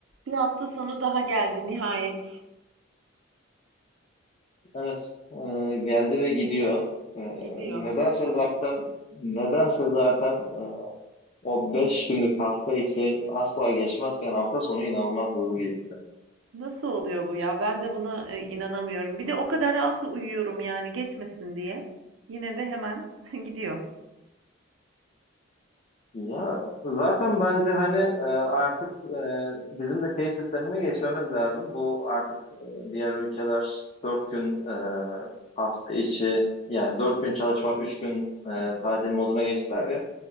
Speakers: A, on the right; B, on the left.
A: Bir hafta sonu daha geldi nihayet.
B: Evet, e, geldi ve gidiyor. E,
A: Gidiyor.
B: nedense zaten nedense zaten e, o 5 günlük hafta içi asla geçmezken hafta sonu inanılmaz hızlı geçti.
A: Nasıl oluyor bu ya? Ben de buna e, inanamıyorum. Bir de o kadar az uyuyorum yani geçmesin diye. Yine de hemen <laughs> gidiyor.
B: Ya zaten bence hani e, artık e, bizim de şey sistemine geçmemiz lazım. Bu artık e, diğer ülkeler 4 gün e, hafta içi yani 4 gün çalışma 3 gün e, tatil moduna geçtiler ya.